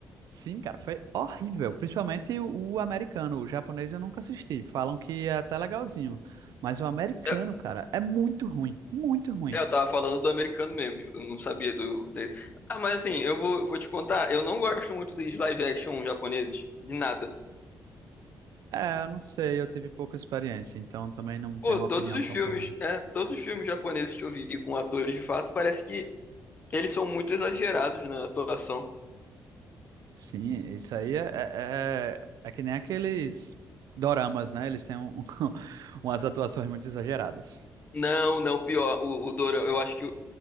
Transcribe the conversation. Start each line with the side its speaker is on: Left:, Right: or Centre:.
Right: Sim, cara, foi horrível. Principalmente o, o americano. O japonês eu nunca assisti. Falam que é até legalzinho. Mas o americano,
Left: É,
Right: cara, é muito ruim. Muito ruim.
Left: É, Eu tava falando do americano mesmo, eu não sabia do. de- Ah, mas assim, eu vou, vou te contar, eu não gosto muito dos live action japoneses, de nada.
Right: É, eu não sei, eu tive pouca experiência, então também não tenho
Left: Pô,
Right: uma
Left: todos
Right: opinião
Left: os
Right: tão
Left: filmes,
Right: formada.
Left: é, todos os filmes japoneses que eu vi com atores de fato, parece que eles são muito exagerados na atuação.
Right: Sim, isso aí é, é, é- é que nem aqueles doramas, né? Eles têm um- <laughs> umas atuações muito exageradas.
Left: Não, não, pior, o, o Dorama, eu acho que